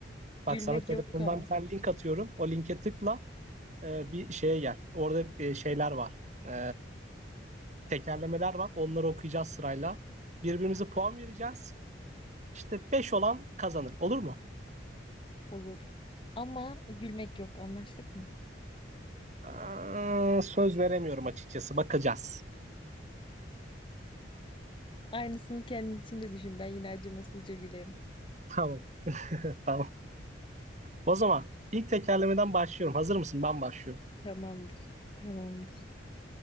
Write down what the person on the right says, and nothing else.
Bak
sana telefondan
bir tane link atıyorum. O linke tıkla e, bir şeye gel. Orada e, şeyler var. E, tekerlemeler var. Onları okuyacağız sırayla. Birbirimize puan vereceğiz. İşte 5 olan kazanır. Olur mu?
Aa, söz veremiyorum açıkçası. Bakacağız.
Tamam, <laughs> tamam. O zaman ilk tekerlemeden başlıyorum. Hazır mısın? Ben başlıyorum.